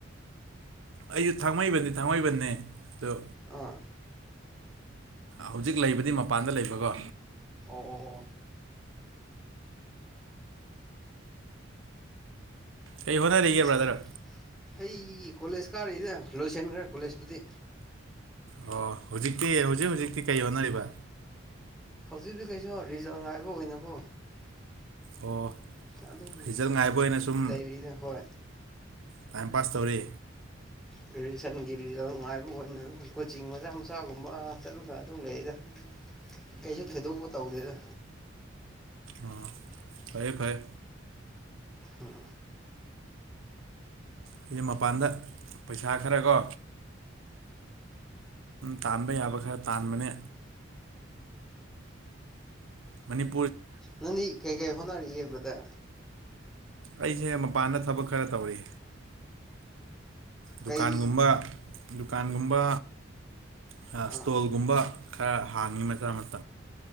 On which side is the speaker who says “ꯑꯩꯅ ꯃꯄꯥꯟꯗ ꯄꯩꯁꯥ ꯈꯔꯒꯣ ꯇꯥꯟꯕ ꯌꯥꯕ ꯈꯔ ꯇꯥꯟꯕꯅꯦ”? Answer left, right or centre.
Right